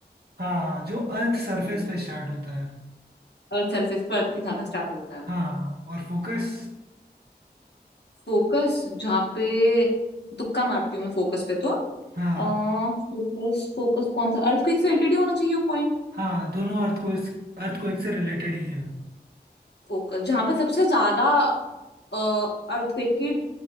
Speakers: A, on the right (about 65°); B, on the left (about 75°).
A: हाँ हाँ जो अर्थ
B: एपिसेंटर
A: सरफेस पे स्टार्ट होता है
B: अर्थ सरफेस पर अर्थक्वेक जहाँ पे स्टार्ट होता है
A: हाँ और फोकस
B: फोकस जहाँ पे तुक्का मारती हूँ मैं फोकस पे तो
A: हाँ
B: आ, फोकस फोकस कौन सा अर्थक्वेक से रिलेटेड ही होना चाहिए वो पॉइंट
A: हाँ दोनों अर्थक्वेक अर्थक्वेक से रिलेटेड ही हैं
B: फोकस जहाँ पे सबसे ज्यादा अर्थक्वेक की